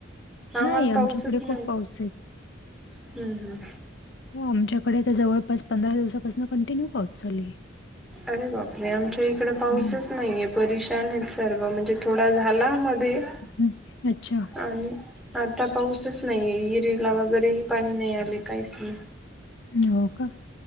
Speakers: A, in the centre; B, on the left.
A: आम्हाला
B: नाही आमच्याकडे
A: पाऊसच नाही
B: खूप पाऊस आहे.
A: हम्म हम्म.
B: हो आमच्याकडे तर जवळपास पंधरा दिवसापासनं कंटिन्यू पाऊस चालू हाय.
A: अरे बापरे आमच्या इकडे पाऊसच
B: हं,
A: नाहीये. परेशान आहेत सर्व, म्हणजे थोडा झाला मध्ये
B: हं अच्छा.
A: आणि आता पाऊसच नाहीये. हिरीला वगैरेही पाणी नाही आले काहीसना.
B: हो का.